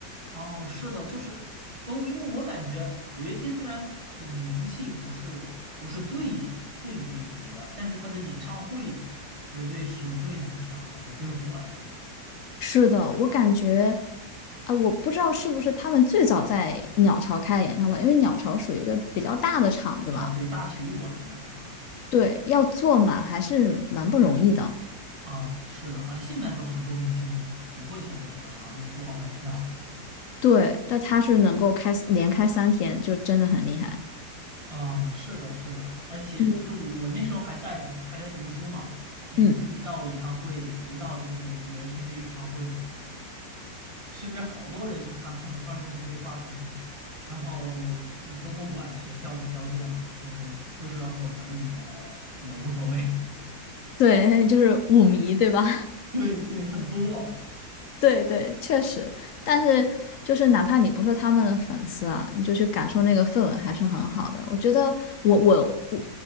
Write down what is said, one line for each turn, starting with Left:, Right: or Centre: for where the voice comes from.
Right: 哦，是的，就是哦，因为我感觉五月天虽然就是名气不是不是最最顶级的，但是他的演唱会绝对是最难抢的和最火的
Left: 是的，我感觉，啊，我不知道是不是他们最早在鸟巢开的演唱会，因为鸟巢属于一个比较大的场子嘛，
Right: 啊，对，大体育馆的啊
Left: 对，要坐满还是蛮不容易的。
Right: 啊，是的，好像现在都很多明星不不会选择鸟巢，因为不好卖票。
Left: 对，但他是能够开连开三天，就真的很厉害。
Right: 啊，是的，是的，而且就是我我那时候还在还在读书嘛，
Left: 嗯，
Right: 每次一到演唱会，
Left: 嗯，
Right: 一到就是五月天的演唱会，身边好多人去看，朋友圈儿就会被刷屏，然后一都不管学校的宵禁了，就是宿舍锁门儿也也无所谓。
Left: 对，<laughs> 就是舞迷，对吧？
Right: <laughs> 对对，很多
Left: <laughs> 对对，确实。但是就是哪怕你不是他们的粉丝啊，你就去感受那个氛围还是很好的。我觉得我我我